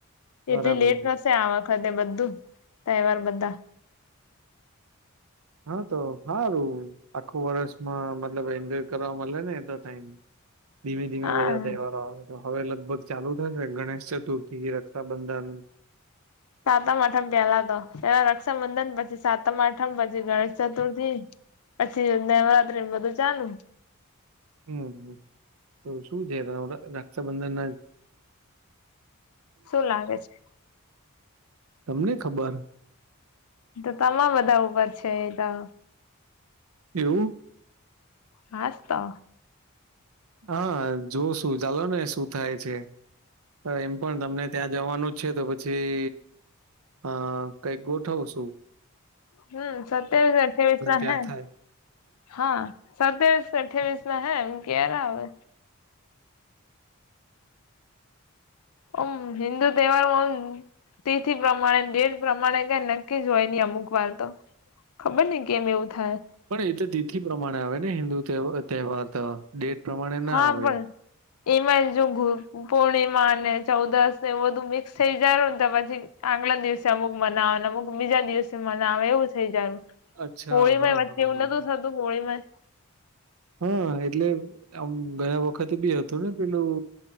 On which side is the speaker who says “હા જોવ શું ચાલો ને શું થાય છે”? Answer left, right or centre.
Right